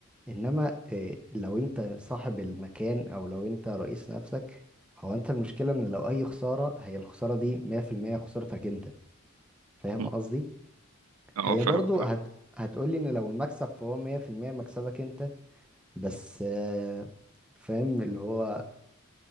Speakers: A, in the centre; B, on the right (about 85°).
A: انما آه، لو انت صاحب المكان او لو انت رئيس نفسك هو انت المشكلة ان لو اي خسارة هي الخسارة دي 100% خسارتك انت فاهم
B: م.
A: قصدي
B: اه
A: هي
B: فاهمك
A: برضو
B: فاهمك
A: هت هتقولي ان لو المكسب فهو 100% مكسبك انت بس آه، فاهم اللي هو